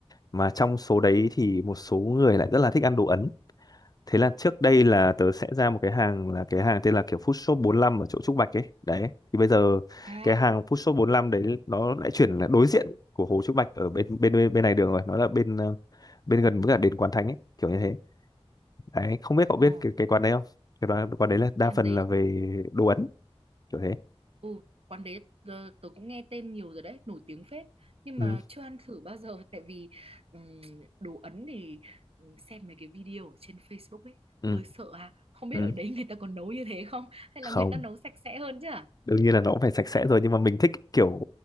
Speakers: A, on the left; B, on the right.
A: mà trong số đấy thì một số người lại rất là thích ăn đồ Ấn Thế là trước đây là tớ sẽ ra một cái hàng là cái hàng tên là kiểu Food Shop bốn lăm ở chỗ Trúc Bạch ấy. Đấy. Thì bây giờ
B: à
A: cái hàng Food Shop bốn lăm đấy nó lại chuyển là đối diện của hồ Trúc Bạch ở bên bên bên, bên này đường rồi, nó là bên ờ, bên gần với cả đền Quán Thánh ấy, kiểu như thế. Đấy, không biết cậu
B: ờ,
A: biết cái cái quán đấy không? Cái quán, quán đấy là đa
B: thằng
A: phần
B: đấy
A: là về
B: thì
A: đồ Ấn, kiểu thế.
B: Ừ, quán đấy ờ, tớ cũng nghe tên nhiều rồi đấy, nổi tiếng phết nhưng
A: Ừ,
B: mà chưa ăn thử bao giờ tại vì ừm, đồ Ấn thì ừm, xem mấy cái video ở trên Facebook ấy
A: ừ,
B: hơi sợ à, không biết
A: ừ.
B: ở đấy người ta còn nấu như thế không hay
A: Không.
B: là người ta nấu sạch sẽ hơn chứ à?
A: đương nhiên là nó cũng phải sạch sẽ rồi nhưng mà mình thích kiểu